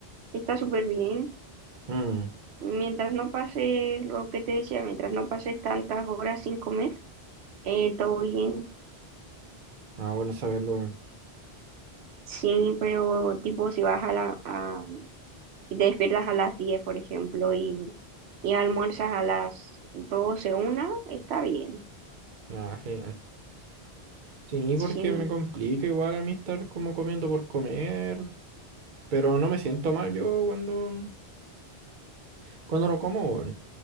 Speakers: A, on the right; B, on the right.
A: está súper bien.
B: Mm,
A: Mientras no pases lo que te decía, mientras no pases tantas horas sin comer, eh, todo bien.
B: Ah, bueno saberlo. Weón.
A: Sí, pero tipo si vas a la, a- si te despiertas a las 10 por ejemplo, y, y almuerzas a las doce una, está bien.
B: Ah, genial. Sí,
A: Sí,
B: porque me complica igual a mí estar como comiendo por comer. Pero no me siento mal yo cuando, cuando no como, weón.